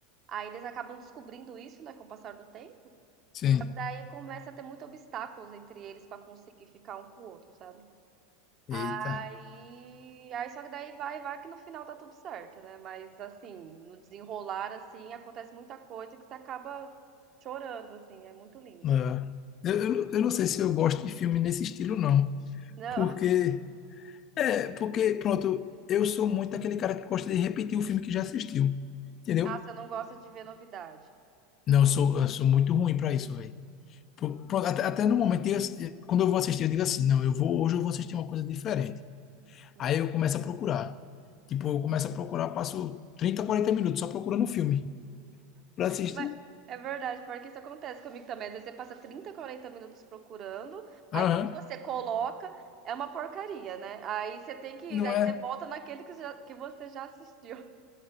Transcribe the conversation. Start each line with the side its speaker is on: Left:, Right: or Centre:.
Right: aí eles acabam descobrindo isso, né, com o passar do tempo.
Left: Sim.
Right: Só que daí começa a ter muitos obstáculos entre eles pra conseguir ficar um com o outro, sabe? Aí,
Left: Eita.
Right: aí só que daí vai, vai que no final tá tudo certo, né? Mas assim, no desenrolar assim, acontece muita coisa que você acaba chorando assim, é muito lindo.
Left: É. Eu, eu, não- eu não sei se eu gosto de filme nesse estilo, não.
Right: Não,
Left: Porque,
Right: <laughs>
Left: é, porque, pronto, eu sou muito aquele cara que gosta de repetir o filme que já assistiu. Entendeu?
Right: ah, você não gosta de ver novidade.
Left: Não, eu sou, eu sou muito ruim pra isso, velho. Pronto, até, até no momento, eu- quando eu vou assistir, eu digo assim, não, eu vou, hoje eu vou assistir uma coisa diferente.
Right: Hum.
Left: Aí eu começo a procurar. Tipo, eu começo a procurar, passo 30, 40 minutos só procurando um filme para assistir.
Right: Mas é verdade, porque isso acontece comigo também. Às vezes você passa 30, 40 minutos procurando,
Left: Aham.
Right: aí quando você coloca, é uma porcaria, né? Aí você tem que,
Left: Não
Right: aí
Left: é?
Right: você volta naquele que você já, que você já assistiu.